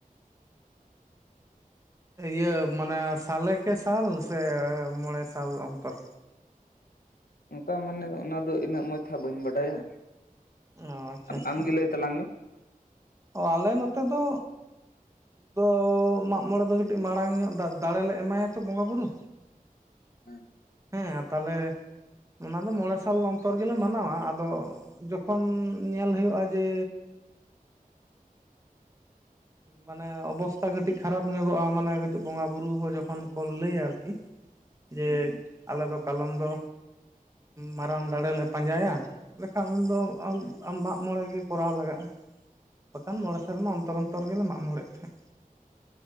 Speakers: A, on the right; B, on the left.
A: <inaudible> ᱤᱭᱟᱹ ᱢᱟᱱᱮ ᱥᱟᱞᱮ ᱠᱮ ᱥᱟᱞ ᱥᱮ ᱢᱚᱬᱮ ᱥᱟᱞ ᱚᱱᱛᱚᱨ
B: ᱚᱱᱠᱟ ᱢᱟᱱᱮ ᱚᱱᱟᱫᱚ ᱤᱱᱟᱹᱜ ᱢᱚᱡᱽ ᱦᱟᱸᱜ ᱵᱟᱹᱧ ᱵᱟᱰᱟᱭᱟ
A: ᱚ ᱟᱪᱪᱷᱟ ᱟᱪᱪᱷᱟ
B: ᱟᱢᱜᱮ ᱞᱟᱹᱭ ᱛᱟᱞᱟᱝ ᱢᱮ
A: ᱚ ᱟᱞᱮ ᱱᱚᱛᱮ ᱫᱚ ᱫᱚ ᱢᱟᱜᱢᱚᱬᱮ ᱫᱚ ᱠᱟᱹᱴᱤᱡ ᱢᱟᱲᱟᱝ ᱧᱚᱜ ᱫᱟᱲᱮᱞᱮ ᱮᱢᱟᱭᱟᱛᱚ ᱵᱚᱸᱜᱟ ᱵᱩᱨᱩ
B: ᱦᱮᱸ
A: ᱦᱮᱸ ᱛᱟᱦᱚᱞᱮ ᱚᱱᱟ ᱫᱚ ᱢᱚᱬᱮ ᱥᱟᱞ ᱚᱱᱛᱚᱨ ᱜᱮᱞᱮ ᱢᱟᱱᱟᱣᱟ ᱟᱫᱚ ᱡᱚᱠᱷᱚᱱ ᱧᱮᱞ ᱦᱩᱭᱩᱜᱼᱟ ᱡᱮ ᱢᱟᱱᱮ ᱚᱵᱚᱥᱛᱟ ᱠᱟᱹᱴᱤᱡ ᱠᱷᱟᱨᱟᱯ ᱧᱚᱜᱚᱜᱼᱟ ᱢᱟᱱᱮ ᱠᱟᱹᱴᱤᱡ ᱵᱚᱸᱜᱟ ᱵᱩᱨᱩ ᱡᱚᱠᱷᱚᱱ ᱠᱚ ᱞᱟᱹᱭᱟ ᱟᱨᱠᱤ᱾ <inaudible> ᱡᱮ
B: ᱦᱩᱸ ᱦᱩᱸ
A: ᱟᱞᱮ ᱫᱚ ᱠᱟᱞᱚᱢ ᱫᱚ ᱢᱟᱨᱟᱝ ᱫᱟᱲᱮᱞᱮ ᱯᱟᱸᱡᱟᱭᱟ ᱾ ᱞᱮᱠᱷᱟ ᱩᱱᱫᱚ ᱢᱟᱜᱢᱚᱬᱮ ᱜᱮ ᱠᱚᱨᱟᱣ ᱫᱟᱲᱮᱭᱟᱜᱼᱟ ᱾ ᱵᱟᱠᱷᱟᱱ ᱢᱚᱬᱮ ᱥᱮᱨᱢᱟ ᱚᱱᱛᱚᱨ ᱚᱱᱛᱚᱨ ᱜᱮᱞᱮ ᱢᱟᱜ ᱢᱚᱬᱮᱜ ᱛᱟᱦᱮᱸᱜ